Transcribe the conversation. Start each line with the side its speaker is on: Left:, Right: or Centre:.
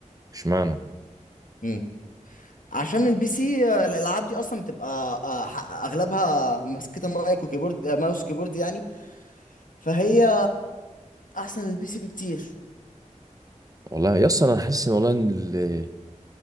Right: اشمعنى
Left: امم عشان البي سي آه، الالعاب دي اصلا بتبقى آه، ح- اغلبها ماسكه مايك وكيبورد آه، ماوس وكيبورد يعني فهي احسن البي سي بكتير
Right: والله يا اسطى انا حاسس ان والله ان ال-